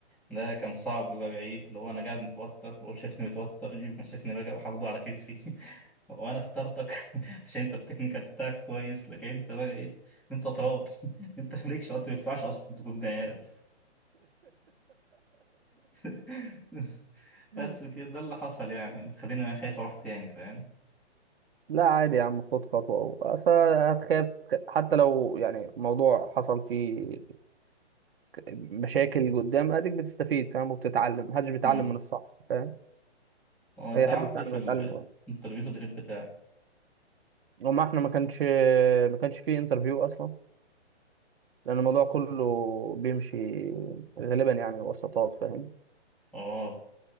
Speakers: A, in the centre; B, on the right (about 55°).
A: ده كان صعب بقى ايه اللي هو انا قاعد متوتر وهو شايفني متوتر يجي ماسكني بقى وحاطه على كتفي <laughs> وانا اخترتك <laughs> عشان انت التكنيكال بتاعك كويس لكن انت بقى ايه انت تراب <laughs> انت مالكش وقت ما ينفعش اصلا تكون بني آدم. <laughs>
B: <laughs>
A: بس كده ده اللي حصل يعني خليني انا خايف اروح تاني فاهم
B: لا عادي يا عم خد خطوة أو أصل هتخاف حتى لو يعني موضوع حصل فيه مشاكل قدام أديك بتستفيد فاهم وبتتعلم محدش بيتعلم
A: امم
B: من الصح فاهم
A: هو انت
B: أي
A: عملت
B: حد بيتعلم
A: ايه في
B: هيتعلم
A: الانترفيو تدريب بتاعك
B: وما احنا ما كانش ما كانش فيه انترفيو اصلا لان الموضوع كله بيمشي غالبا يعني وسطات فاهم
A: اه